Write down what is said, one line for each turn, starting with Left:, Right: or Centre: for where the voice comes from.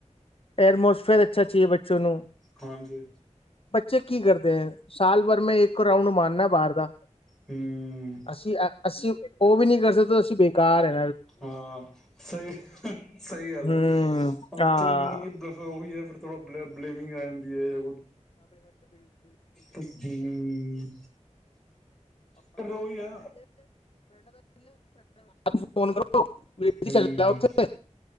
Left: ਏਅਰ ਮੋਡਸ ਫੇਰ ਅੱਛਾ ਚਾਹੀਏ, ਬੱਚੇ ਨੂੰ
Centre: ਹਾਂਜੀ
Left: ਬੱਚੇ ਕੀ ਕਰਦੇ ਹੈ ਸਾਲ ਭਰ ਮੈਂ ਇੱਕ ਰਾਊਂਡ ਮਾਰਨਾ ਬਾਹਰ <unintelligible>
Centre: ਹੂੰ
Left: ਅਸੀਂ-ਅਸੀਂ, ਉਹ ਵੀ ਨਹੀਂ ਕਰ ਸਕਦੇ ਅਸੀਂ ਕਾਰ ਏ
Centre: ਹਾਂ, ਸਹੀ, ਸਹੀ ਗੱਲ
Left: ਹਮ
Centre: ਉੱਥੇ
Left: ਹਾਂ
Centre: ਹੀ ਮਤਲਬ ਕਿ ਉਹੀ ਹੈ ਫਿਰ ਬਲੇਮਿੰਗ ਆ ਜਾਂਂਦੀ ਹੈ।
Left: <unintelligible>
Centre: ਹੂੰ ਪਰ ਉਹੀ ਆ
Left: ਤੁੂੰ ਫੋਨ ਕਰੋ। ਵੀ
Centre: ਹੂੰ-ਹੂੰ।
Left: ਜੀ ਚੱਲਿਆ ਉੱਥੇ